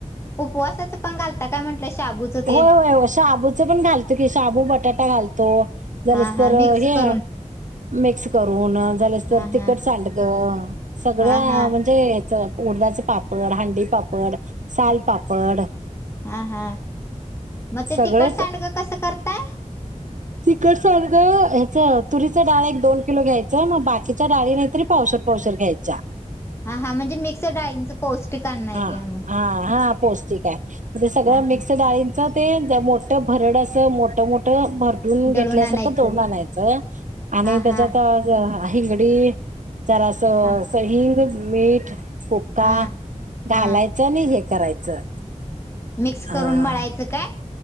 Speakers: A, on the left; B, on the right.
A: उपवासाचं पण घालता काय म्हंटलं शाबूचं
B: होय
A: तेन
B: होय शाबूच पण घालतो की शाबू बटाटा घालतो जरस
A: हा
B: तर
A: हा मिक्स
B: हे
A: करून
B: मिक्स करून झालेस तर
A: हा
B: तिखट
A: हा
B: सांडग सगळ्या
A: हा हा
B: म्हणजे याच उडदाचे पापड हांडीपापड सालपापड
A: हा हा मग ते
B: सगळंच
A: तिखट सांडगं कसं करताय?
B: तिखट सांडगं, ह्याचं, तुरीच दाळ एक -दोन किलो घ्यायचं. मग बाकीच्या दाळी नाहीतर पावशे पावशेर घ्यायचा
A: हा हा म्हणजे मिक्स डाळींचं पौष्टिक अन्न आहे
B: हा
A: घ्या मग
B: हा हा पौष्टिक आहे जसं सगळं
A: हा
B: मिक्स
A: हा
B: डाळी च ते मोठं भरडं असं मोठं-मोठं भरडून घेतल्यासारखं
A: दळून आणायचं
B: दळून आणयचं आणि
A: हा
B: त्याच्यात
A: हा
B: हिंगडी जरासं
A: हा
B: असं हिंग मीठ बुक्का
A: हा हा
B: घालायचं नी हे करायचं
A: मिक्स
B: हा
A: करून मळायचं काय?